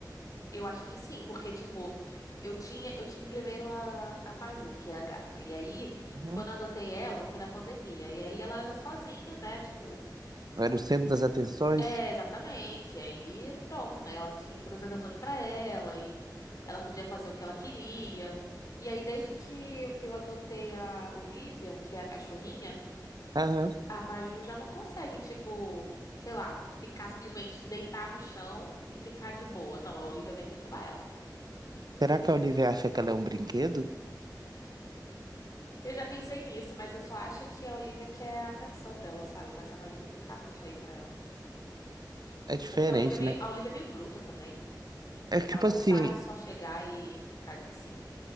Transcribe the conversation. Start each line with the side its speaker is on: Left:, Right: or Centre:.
Left: eu acho que sim, porque tipo, eu tinha, eu tive primeiro a, a Maju, que é a gata. E aí,
Right: Uhum.
Left: quando eu adotei ela, foi na pandemia. E aí ela era sozinha, né? Tipo,
Right: Era o centro das atenções?
Left: É, exatamente. aí, pronto, né? Ela tinha todas as atenções pra ela e ela podia fazer o que ela queria. E aí, desde que eu adotei a Olivia, que é a cachorrinha,
Right: Aham.
Left: a Maju já não consegue, tipo, sei lá, ficar simplesmente deitar no chão e ficar de boa. Não, a Olivia vem perturbar ela.
Right: Será que a Olivia acha que ela é um brinquedo?
Left: Eu já pensei nisso, mas eu só acho que a Olivia quer a atenção dela, sabe? Mas a Maju não tá muito aí pra ela.
Right: É diferente,
Left: É porque a Olivia é meio,
Right: né?
Left: a Olivia é meio bruta também.
Right: É tipo
Left: Ela não
Right: assim,
Left: sabe só chegar e ficar em cima.